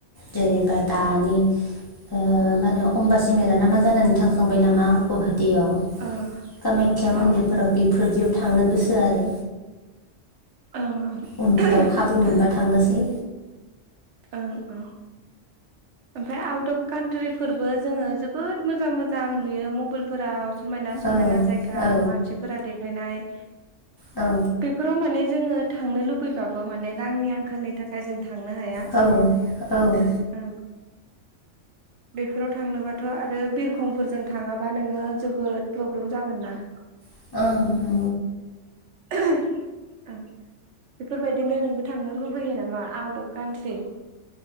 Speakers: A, on the left; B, on the right.
A: जेनेबा दानि मा ओ होनो अमबासि मेला ना मा जानानै थांखांबाय नामा गुवाहाटीयाव
B: ओं
A: कामाख्या मन्दिरफोराव
B: ओं
A: बेफोरदियाव थांनो गोसो आरो
B: ओं
A: उनफोराव
B: ओं
A: खाबु
B: नंगौ
A: मोनबा
B: दा
A: थांनोसै
B: ओं ओं ओमफ्राय आउट अफ कान्ट्रिफोरबो जोङो जोबोद मोजां मोजां नुयो मबाइल फोराव समायना समायना
A: औ
B: जायगा
A: औ
B: मानसिफोरा देखायनाय
A: औ
B: बेफोराव माने जोङो थांनो लुबैबाबो माने रांनि आंखालनि थाखाय जों थांनो हाया।
A: औ औ
B: औ बेफोराव थांनोबाथ' आरो बिरखंफोरजों थाङाबा नोङो जोबोद प्रब्लेम जागोन ना? <inaudible>
A: औ
B: <inaudible> बेफोरबायदिनो नोंबो थांनो लुगैयो नामा आउट अफ कान्ट्रि?